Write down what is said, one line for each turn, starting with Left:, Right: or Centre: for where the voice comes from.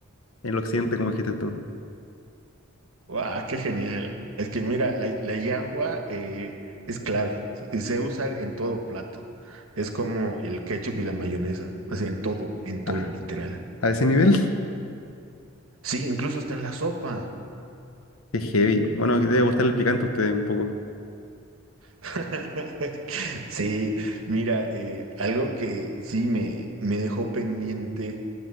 Left: en el occidente, como dijiste tú.
Right: ¡Guau! ¡Qué genial! Es que mira, la, la yacua eh, es clave. Se se usa en todo plato. Es como el ketchup y la mayonesa. Así en todo, en todo,
Left: Ah,
Right: literal.
Left: a ese nivel,
Right: Sí, incluso está en la sopa.
Left: <laughs> es heavy. Bueno, que debe gustar el picante a ustedes un poco.
Right: <laughs> Sí, mira, eh, algo que sí me, me dejó pendiente